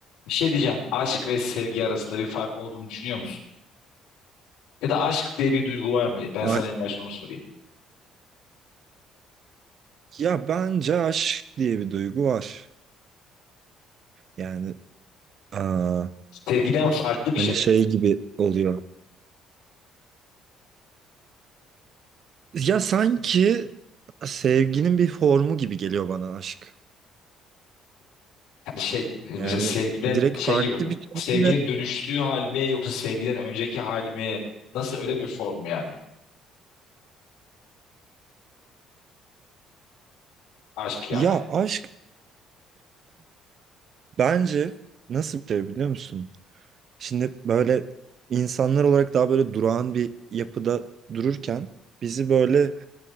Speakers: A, on the left; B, on the right.
A: Bir şey diyeceğim. Aşk ve sevgi arasında bir fark olduğunu düşünüyor musun? Ya da aşk diye bir duygu var mı? Ben
B: A-
A: sana en başta onu sorayım.
B: Ya bence aşk diye bir duygu var. Yani aa,
A: Sevgiden farklı
B: hani
A: bir şey mi?
B: şey gibi oluyor. Ya sanki sevginin bir formu gibi geliyor bana aşk.
A: Yani şey mesela
B: Yani
A: sevgiden
B: direkt
A: şey
B: farklı
A: gibi mi?
B: bir şekilde.
A: Sevginin dönüştüğü hal mi yoksa sevgiden önceki hal mi? Nasıl öyle bir form mu yani? Aşk yani.
B: Ya aşk bence nasıl bir şey biliyor musun? Şimdi böyle insanlar olarak daha böyle durağan bir yapıda dururken bizi böyle